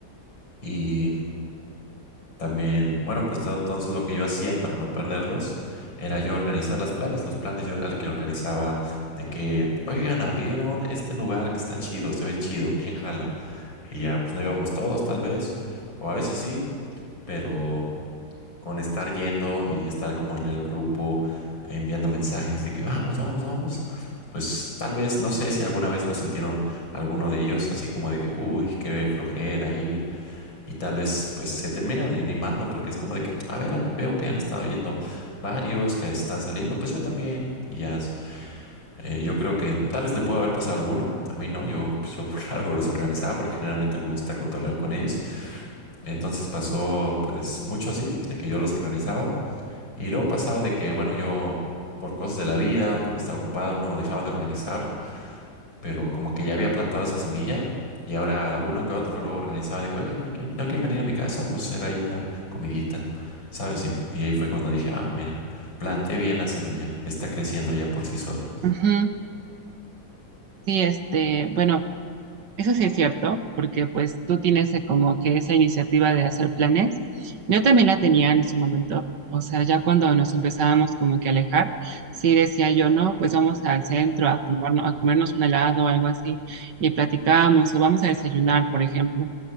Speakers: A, on the left; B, on the right.
A: Y también, bueno, pues no, entonces lo que yo hacía para no perderlos era yo organizar los planes. Los planes yo era el que organizaba de que, oigan, abrieron este lugar que está chido, se ve chido, ¿quién jala? Y ya, pues no íbamos todos tal vez, o a veces sí, pero... con estar yendo y estar como en el grupo enviando mensajes de que vamos, vamos, vamos, pues tal vez, no sé si alguna vez lo sintieron alguno de ellos, así como de que, uy, qué flojera ir, y tal vez pues se terminan animando porque es como de que, a ver, han- veo que han estado viendo varios que están saliendo, pues yo también, y ya, eh, yo creo que tal vez le pudo haber pasado a alguno, a mí no, yo pues yo por <laughs> algo los organizaba porque generalmente me gusta cotorrear con ellos, entonces pasó pues mucho así, de que yo los organizaba. Y luego pasaba de que, bueno, yo por cosas de la vida, porque estaba ocupado, no dejaba de organizar, pero como que ya había plantado esa semilla y ahora uno que otro luego organizaba de que, oigan, no hay quien, no hay quien venir a mi casa, vamos a hacer ahí una comidita, ¿sabes? Y, y ahí fue cuando dije, ah, mira, planté bien la semilla, está creciendo ya por sí sola.
B: Ujú. Sí, este, bueno, eso sí es cierto, porque pues tú tienes eh, como que esa iniciativa de hacer planes. Yo también la tenía en su momento, o sea, ya cuando nos empezábamos como que a alejar, sí decía yo, no, pues vamos al centro a tomarnos, a comernos un helado o algo así, y platicábamos, o vamos a desayunar, por ejemplo.